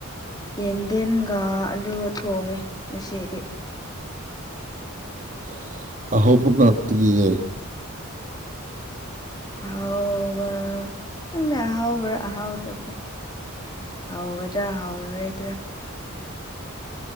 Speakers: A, on the left (about 20°); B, on the right (about 35°).
A: ꯌꯦꯟꯗꯦꯝꯒ ꯑꯂꯨ ꯊꯣꯡꯉꯦ ꯉꯁꯤꯗꯤ
B: <unintelligible> ꯑꯍꯥꯎꯕ ꯉꯛꯇꯅꯤꯅꯦ
A: ꯑꯥꯎ ꯅꯪꯅ ꯑꯍꯥꯎꯕ꯭ꯔꯥ ꯑꯍꯥꯎꯗꯕ꯭ꯔꯥ ꯍꯥꯎꯒꯗ꯭ꯔꯥ ꯍꯥꯎꯔꯣꯏꯗ꯭ꯔꯥ